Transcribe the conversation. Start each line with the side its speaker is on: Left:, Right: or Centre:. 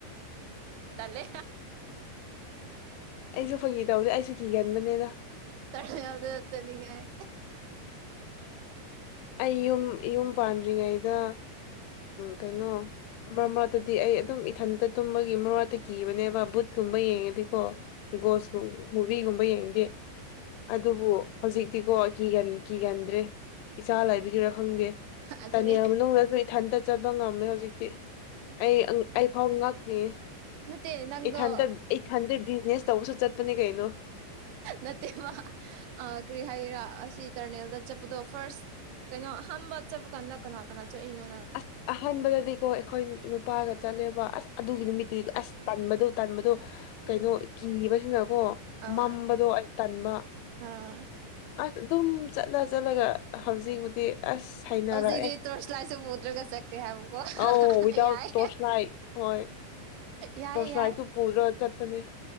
Right: ꯇꯂꯦ
Left: ꯑꯩꯁꯨ ꯐꯪꯒꯤ ꯇꯧꯁꯦ ꯑꯩꯁꯨ ꯀꯤꯒꯟꯕꯅꯦꯅ
Right: ꯇꯔꯗ ꯆ ꯆꯅꯤ ꯍꯥꯏ
Left: ꯑꯩ ꯌꯨꯝ ꯌꯨꯝ ꯄꯥꯟꯗ꯭ꯔꯤꯉꯩꯗ ꯀꯩꯅꯣ ꯃꯔꯃꯥꯠꯇꯗꯤ ꯑꯩ ꯑꯗꯨꯝ ꯏꯊꯟꯇ ꯇꯨꯝꯕꯒꯤ ꯃꯔꯥꯠꯇ ꯀꯤꯕꯅꯦꯕ ꯕꯨꯠꯀꯨꯝꯕ ꯌꯦꯡꯉꯗꯤ ꯀꯣ ꯒꯣꯁꯀꯨꯝ ꯃꯨꯚꯒꯨꯝꯕ ꯌꯦꯡꯗꯦ ꯑꯗꯨꯕꯨ ꯍꯧꯖꯤꯛꯇꯤꯀꯣꯤ ꯀꯤꯒꯟꯗ꯭ꯔꯦ ꯏꯆꯥ ꯂꯥꯏꯕꯤꯒꯤꯔ ꯈꯪꯗꯦ
Right: ꯑꯗꯨꯅꯤ
Left: ꯇꯅꯦ ꯃꯅꯨꯡꯗꯁꯨ ꯏꯊꯟꯇ ꯆꯠꯄ ꯉꯝꯃꯦ ꯍꯧꯖꯤꯛꯇꯤ ꯑꯩ ꯑꯩ ꯐꯥꯎ ꯉꯥꯛꯅꯤ
Right: ꯅꯠꯇꯦ ꯅꯪꯗꯣ
Left: ꯏꯊꯟꯗ ꯏꯊꯟꯗ ꯕꯤꯖꯤꯅꯦꯁ ꯇꯧꯕꯁꯨ ꯆꯠꯄꯅꯦ ꯀꯩꯅꯣ
Right: ꯅꯠꯇꯦꯕ ꯑ ꯀꯔꯤ ꯍꯥꯏꯔꯥ ꯑꯁꯤ ꯇꯔꯅꯦꯜꯗ ꯆꯠꯄꯗꯣ ꯐꯥꯔꯁ ꯀꯩꯅꯣ ꯑꯝꯕ ꯆꯠꯄ ꯀꯥꯟꯗ ꯀꯅꯥ ꯀꯅꯥ ꯆꯠꯏꯅꯣ ꯅꯪ
Left: ꯑꯁ ꯑꯍꯥꯟꯕꯗꯗꯤꯀꯣ ꯑꯩꯈꯣꯏ ꯅꯨꯄꯥꯒ ꯆꯠꯂꯦꯕ ꯑꯁ ꯑꯗꯨꯒꯤ ꯅꯨꯃꯤꯠꯇꯨ ꯑꯁ ꯇꯟꯕꯗꯨ ꯇꯟꯕꯗꯣ ꯀꯩꯅꯣ ꯀꯤꯕꯁꯤꯅꯀꯣ
Right: ꯑꯥ
Left: ꯃꯝꯕꯗꯣ ꯑꯩ ꯇꯟꯕ
Right: ꯑꯥ
Left: ꯑꯁ ꯑꯗꯨꯝ ꯆꯠꯂ ꯆꯠꯂꯒ ꯍꯧꯖꯤꯛ ꯁꯤ ꯑꯁ ꯁꯅꯔꯛꯑꯦ
Right: ꯍꯧꯖꯤꯛꯇꯤ ꯇꯣꯔꯁ ꯂꯥꯏꯠꯁꯨ ꯄꯨꯗ꯭ꯔꯒ ꯆꯠꯈ꯭ꯔꯦ ꯍꯥꯏꯕꯀꯣ
Left: ꯑꯥꯎ ꯋꯤꯗꯥꯎꯠ
Right: ꯌꯥꯏ
Left: ꯇꯣꯔꯁ ꯅꯥꯏ ꯍꯣꯏ
Right: ꯌꯥꯏ
Left: ꯇꯣꯔꯁ
Right: ꯌꯥꯏ
Left: ꯂꯥꯏꯠꯁꯨ ꯄꯨꯔ ꯆꯠꯄꯅꯦ